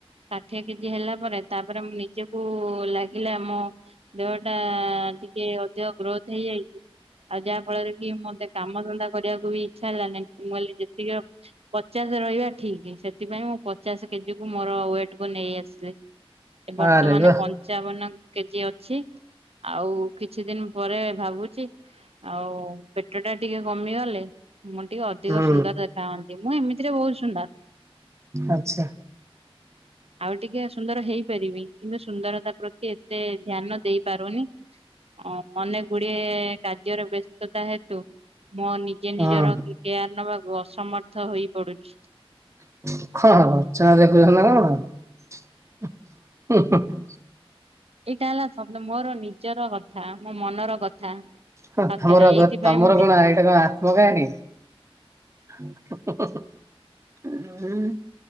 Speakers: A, on the right; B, on the right.
A: ଷାଠିଏ କେଜି ହେଲା ପରେ ତାପରେ ମୁଁ ନିଜେ କୁ ଲାଗିଲା ମୋ ଦେହ ଟା ଟିକେ ଅଧିକ ଗ୍ରୋଥ ହେଇଯାଇଛି। ଆଉ ଯାହା ଫଳରେ କି ମତେ କାମ ଧନ୍ଦା କରିବାକୁ ବି ଇଚ୍ଛା ହେଲାନାହିଁ ମୁଁ କହିଲି ଯେତିକି ଅ ପଚାଶ ରହିବା ଠିକ, ସେଥିପାଇଁ ମୁଁ ପଚାଶ କେଜି କୁ ମୋର ୱେଟ କୁ ନେଇ ଆସିଲି। ଏ ବର୍ତ୍ତମାନ
B: ଆରେ ବାଃ।
A: ପଞ୍ଚାବନ କେଜି ଅଛି। ଆଉ କିଛି ଦିନି ପରେ ଭାବୁଛି ଆଉ ପେଟ ଟା ଟିକେ କମିଗଲେ। ମୁଁ ଟିକେ ଅଧିକ
B: ହୁଁ
A: ସୁନ୍ଦର ଦେଖା ହଅନ୍ତି, ମୁଁ ଏମିତିରେ ବହୁତ ସୁନ୍ଦର।
B: ଆଚ୍ଛ।
A: ଆଉ ଟିକେ ସୁନ୍ଦର ହେଇପାରିବି, କିନ୍ତୁ ସୁନ୍ଦରତା ପ୍ରତି ଏତେ ଧ୍ୟାନ ଦେଇପାରୁନି। ଅ ଅନେକ ଗୁଡିଏ କାର୍ଯ୍ୟରେ ବ୍ୟସ୍ତତା ହେତୁ ମୋ ନିଜେ ନିଜର
B: ହଁ
A: କେୟାର ନବାକୁ ଅସମର୍ଥ ହୋଇପଡୁଛି।
B: କଣ ରଚନା ଲେଖୁଛନ୍ତି ନା କଣ ହୁଁ ହୁଁ।
A: ଏଇଟା ହେଲା ଶବ୍ଦ ମୋର ନିଜର କଥା ମୋ ମନର କଥା।
B: ହୁଁ
A: ସତରେ
B: ତମର
A: ଏଇଥିପାଇଁ
B: କ ତମର
A: ମୁଁ କି
B: କଣ ଏଇଟା କଣ ଆ ଆତତ୍ମକାହାଣୀ ହୁଁ ହୁଁ ହୁଁ ଉଁ।